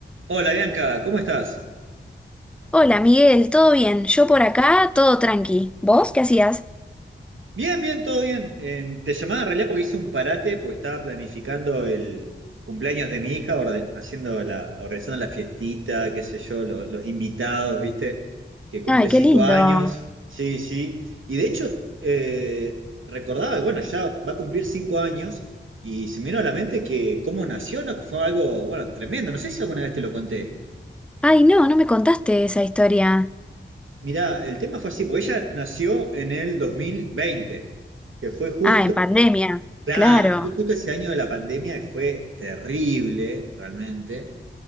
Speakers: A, on the right (about 80°); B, in the centre.
A: Hola Bianca, ¿cómo estás?
B: Hola Miguel, ¿todo bien? Yo por acá, todo tranqui. ¿Vos qué hacías?
A: Bien, bien, todo bien. Eh, te llamaba en realidad porque hice un parate, porque estaba planificando el cumpleaños de mi hija, orde- haciendo la, organizando la fiestita, qué sé yo, lo- los invitados, ¿viste? Que cumple
B: Ay, qué
A: cinco
B: lindo.
A: años. Sí, sí. Y de hecho, eh, recordaba, que, bueno, ya va a cumplir cinco años y se me vino a la mente que cómo nació, ¿no? Que fue algo, bueno, tremendo. No sé si alguna vez te lo conté.
B: Ay, no, no me contaste esa historia.
A: Mirá, el tema fue así, porque ella nació en el 2020, que fue justo,
B: Ah, en pandemia.
A: claro,
B: Claro.
A: fue justo ese año de la pandemia que fue terrible realmente,